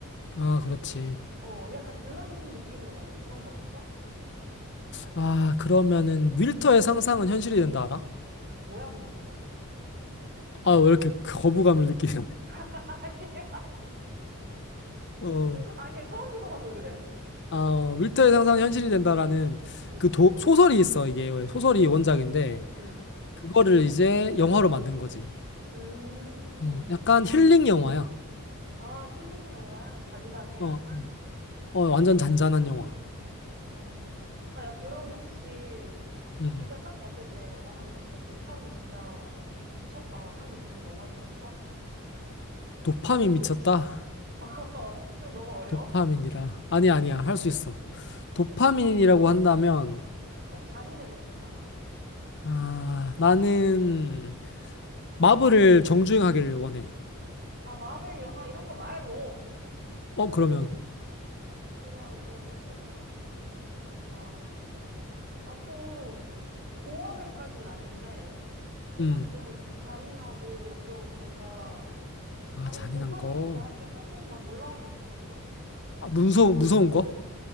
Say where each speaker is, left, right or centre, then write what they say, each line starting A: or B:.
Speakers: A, on the left; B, on the right.
A: 아, 그렇지.
B: 어, 약간 그런 느낌을 원해. 그런 건 없어?
A: 아, 그러면은 윌터의 상상은 현실이 된다 알아?
B: 뭐야, 그건 또.
A: 아, 왜 이렇게 거부감을 느끼지?
B: <laughs> 아니야,
A: 어,
B: 아니야. 처음 들어봐서 그래.
A: 아, 윌터의 상상이 현실이 된다라는
B: 응,
A: 그 도- 소설이 있어, 이게. 소설이
B: 응,
A: 원작인데,
B: 응.
A: 그거를 이제 영화로 만든 거지.
B: 음.
A: 어, 약간 힐링 영화야.
B: 아, 힐링 영화야? 잔잔해,
A: 어,
B: 약간?
A: 어, 완전 잔잔한 영화.
B: 어. 아, 야, 그러면 혹시
A: 음.
B: 네가 딱 봤을 때, 와, 이거 진짜 도파민 진짜 미쳤다 하는 그런 영화는 없어?
A: 도파민 미쳤다?
B: <laughs> 좀 너무 어려워?
A: 도파민이라. 아니야, 아니야. 할 수 있어. 도파민이라고 한다면,
B: 좀 잔인해도 괜찮아.
A: 아, 나는 마블을 정주행하기를 원해.
B: 아, 마블 영화 이런 거 말고
A: 어, 그러면,
B: 그냥 그런 거 있잖아. 어, 아, 좀, 고화물까진 아닌데, 그냥
A: 음.
B: 좀 잔인하고, 좀 뭔가,
A: 아,
B: 아,
A: 잔인한
B: 그냥 도파민이
A: 거.
B: 막 이렇게 뿜뿜 막 올라왔으면 좋겠어.
A: 아, 무서, 무서운 거?